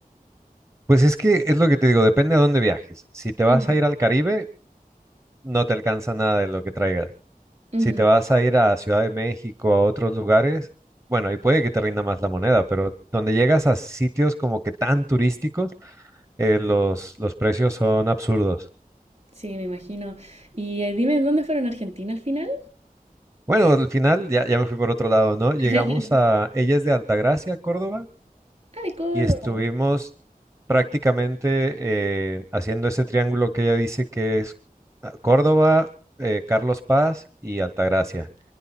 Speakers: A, on the right; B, on the right.
A: Pues es que es lo que te digo, depende a dónde viajes. Si te vas
B: Ujú.
A: a ir al Caribe, no te alcanza nada de lo que traigas.
B: Ujú.
A: Si te vas a ir a Ciudad de México, a otros lugares, bueno, ahí puede que te rinda más la moneda, pero donde llegas a sitios como que tan turísticos, eh, los, los precios son absurdos.
B: Sí, me imagino. Y eh, dime, ¿dónde fueron a Argentina al final?
A: Bueno, al final ya, ya me fui por otro lado, ¿no? Llegamos
B: <laughs>
A: a, ella es de Altagracia, Córdoba,
B: Ah, de Córdoba.
A: y estuvimos prácticamente eh, haciendo ese triángulo que ella dice que es ah, Córdoba, eh, Carlos Paz y Altagracia.